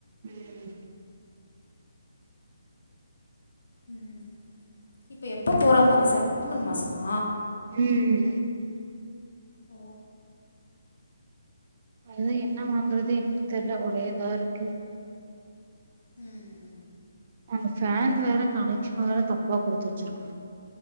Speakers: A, on the right (about 45°); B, on the left (about 65°).
A: ம்
B: ம் ம் இப்ப எப்போ போற மாரி செப் டம்பர் மாசமா
A: ம் ம் ம்
B: ஓ
A: அதெ என்ன வாங்குறது என்னன்னு தெர்ல ஒரே இதா இருக்கு
B: ம்
A: அங்க ஃபேன் வேற கனெக்ஷன் வேற தப்பா கொடுத்து வச்சிருக்கா